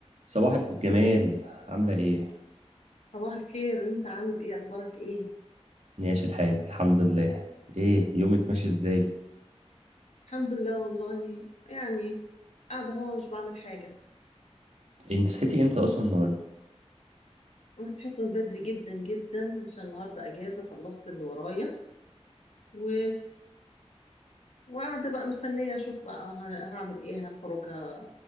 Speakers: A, on the right (about 75°); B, on the left (about 80°).
A: صباح الجمال عاملة ايه؟
B: صباح الخير انت عامل ايه اخبارك ايه
A: ماشي الحال الحمد لله ايه يومك ماشي ازاي؟
B: الحمد لله والله يعني قاعده اهو مش بعمل حاجه
A: إيه، انت صحيتي امتى اصلا النهاردة؟
B: انا صحيت من بدري جدا جدا عشان النهارده اجازه خلصت اللي ورايا و... وقاعده بقى مستنيه اشوف بقى ه- هعمل ايه هخرجها